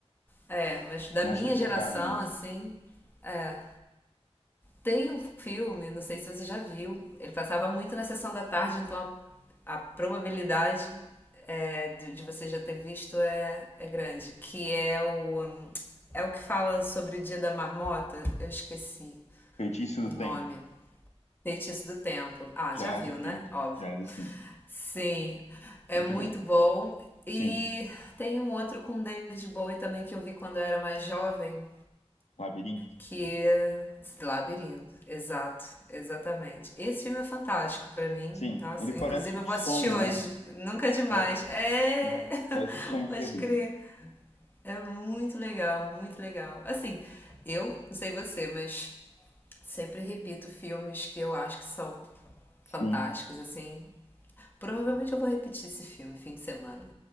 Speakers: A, on the left; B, on the left.
A: é, mas da
B: nessa
A: minha
B: pegada
A: geração
B: mesmo.
A: assim, é, tem um filme, não sei se você já viu, ele passava muito na sessão da tarde, então a, a probabilidade é, de, de você já ter visto é, é grande. Que é o. É o que fala sobre o dia da marmota? Eu esqueci
B: Feitiço do
A: o
B: Tempo,
A: nome. Feitiço do Tempo. Ah,
B: já
A: já viu,
B: já
A: né?
B: vi,
A: Óbvio.
B: já era assim,
A: Sim, é
B: muito
A: muito
B: bom.
A: bom. E
B: Sim,
A: tem um outro com David Bowie também que eu vi quando eu era mais jovem,
B: Labirinto.
A: que é esse Labirinto, exato, exatamente. Esse filme é fantástico pra mim.
B: Sim,
A: Nossa,
B: ele parece
A: inclusive eu
B: um
A: vou
B: sonho,
A: assistir hoje.
B: né?
A: Nunca é demais.
B: Parece,
A: É,
B: sim. Parece
A: <laughs>
B: um sonho
A: pode
B: febril.
A: crer. É muito legal, muito legal. Assim, eu não sei você, mas sempre repito filmes que eu acho que são
B: Sim,
A: fantásticos, assim. Provavelmente eu vou repetir esse filme fim de semana.